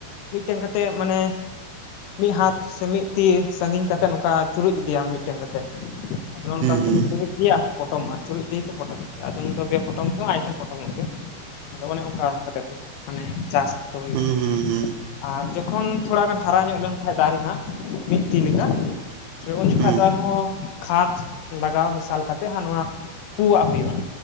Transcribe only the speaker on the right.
ᱦᱮᱸ
ᱦᱮᱸ ᱦᱮᱸ ᱦᱮᱸ
ᱦᱮᱸ